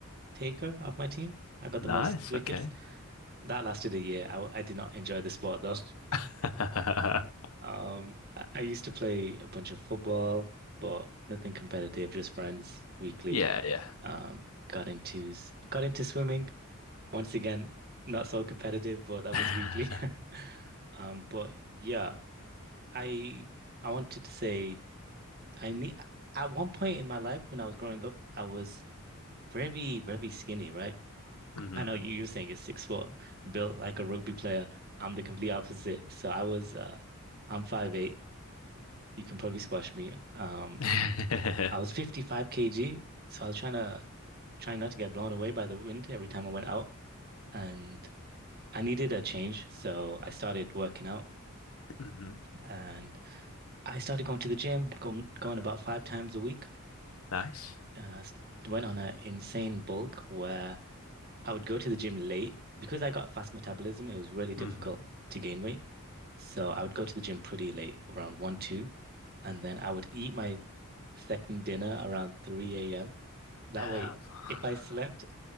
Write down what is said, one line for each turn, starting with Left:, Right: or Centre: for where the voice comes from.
Right: taker of my team. I got
Left: nice.
Right: the most wickets.
Left: Okay.
Right: That lasted a year. I, w- I did not enjoy the sport though.
Left: <laughs>
Right: Um, I I used to play a bunch of football, but nothing competitive, just friends weekly.
Left: Yeah,
Right: Um, got into s- got into swimming. Once again, not so competitive, but that
Left: yeah.
Right: was weekly. <laughs> Um, but yeah, I I wanted to say I need at one point in my life when I was growing up, I was very, very skinny, right?
Left: <laughs> hmm
Right: I know you, you're saying it's six foot, built like a rugby player. I'm the complete opposite. So I was uh I'm five eight. You can probably squash me. Um,
Left: <laughs>
Right: I was
Left: <laughs>
Right: 55 kg, so I was trying to trying not to get blown away by the wind every time I went out, and I needed a change, so I started working out,
Left: hmm
Right: and I started going to the gym, going going about five times a week.
Left: Nice.
Right: Uh, s- went on an insane bulk where I would go to the gym late because I got fast metabolism. It was really difficult
Left: hmm
Right: to gain weight, so I would go to the gym pretty late, around one, two, and then I would eat my second dinner around 3 a.m. That
Left: Damn.
Right: way,
Left: <sighs>
Right: if I slept,